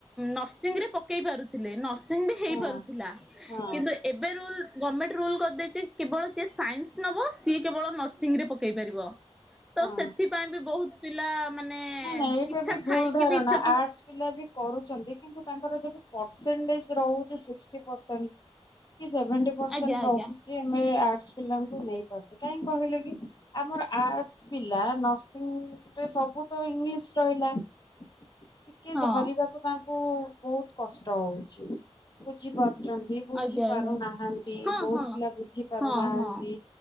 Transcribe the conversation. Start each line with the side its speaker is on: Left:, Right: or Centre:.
Centre: ନର୍ସିଂରେ ପ ପକେଇ ପାରୁଥିଲେ ନର୍ସିଂବି ହେଇପାରୁଥିଲା
Left: ହଁ ହଁ
Centre: କିନ୍ତୁ ଏବେ ରୁଲ ଗମେଣ୍ଟ ରୁଲ କରିଦେଇଚି କେବଳ ଯିଏ ସାଇନ୍ସ ନେବ ସିଏ କେବଳ ନର୍ସିଂରେ ପକେଇ ପାରିବ। ତ
Left: ହଁ।
Centre: ସେଥିପାଇଁ ବି ବହୁତ ପିଲା ମାନେ
Left: ନାଇଁ ନାଇଁ ଏଇଟା
Centre: ଇଚ୍ଛା
Left: ବି ଭୁଲ
Centre: ଥାଇକିବି
Left: ଧାରଣା
Centre: ଇଚ୍ଛାକୁ
Left: ଆର୍ଟସ ପିଲା ବି କରୁଛନ୍ତି କିନ୍ତୁ ତାଙ୍କର ଯଦି ପରସେଣ୍ଟେଜ ରହୁଛି ସିକ୍ସଟି ପରସେଣ୍ଟ କି ସେଭେଣ୍ଟି ପରସେଣ୍ଟ
Centre: ଆଜ୍ଞା ଆଜ୍ଞା
Left: ରହୁଛି ଆମେ ଆର୍ଟ୍ସ ପିଲାଙ୍କୁ ନେଇପାରୁଛେ କାହିଁ କହିଲେ କି ଆମର ଆର୍ଟସ ପିଲା ନର୍ସିଂ ରେ ସବୁ ଇଂଗିଲିଶ ରହିଲା ଟିକେ
Centre: ହଁ
Left: ଧରିବାକୁ ତାଙ୍କୁ ବହୁତ କଷ୍ଟ ହଉଛି ବୁଝି ପାରୁଛନ୍ତି କି ବୁଝି
Centre: ଆଜ୍ଞା
Left: ପାରୁନାହାନ୍ତି
Centre: ଆଜ୍ଞା ହଁ
Left: ବହୁତ
Centre: ହଁ
Left: ପିଲା ବୁଝି ପାରୁନାହାନ୍ତି।
Centre: ହଁ ହଁ